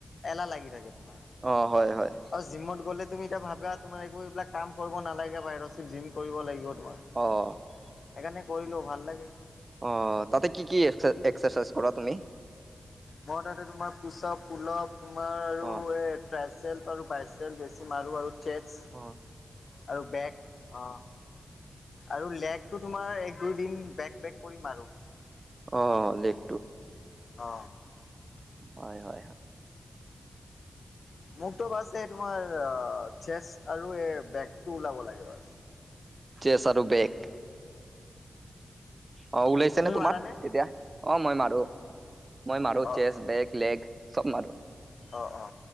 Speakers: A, on the left; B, on the right.
A: এলাহ লাগি থাকে তোমাৰ',
B: অ', - হয়', - হয়',
A: আৰু জিমত গ'লে তুমি এতিয়া ভাবিবা তোমাৰ একো এইবিলাক কাম কৰিব নালাগে বাহিৰত চিৰফ জিম কৰিব লাগিব তোমাৰ',
B: অ', -অ', -অ',
A: সেইকাৰণে কৰিলেও ভাল লাগে',
B: অহ', তাতে কি-কি এক্সাৰচাইজ কৰা তুমি?
A: মই তাতে তোমাৰ পুশ-আপ, পুল-আপ, তোমাৰ আৰু
B: অ
A: এ', ট্ৰাইচেপ আৰু বাইচেপ বেছি মাৰোঁ আৰু চেচ',
B: অহ',
A: আৰু বেগ অ আৰু লেগটো তোমাৰ এক দুইদিন বেক বেক কৰিম আৰু
B: অ লেখ
A: অ
B: হয় হয় হয়
A: মোকতো বাছ এই তোমাৰ অ চেচ আৰু এই বেগতটো ওলাব লাগে বাছ
B: চেছ আৰু বেগ অ ওলাইছে
A: তুমি
B: নে তোমাৰ
A: মাৰানে?
B: এতিয়া অ মই মাৰো মই মাৰো
A: অ
B: চেচ
A: অ
B: বেক লেগ চব মাৰো।
A: অ অ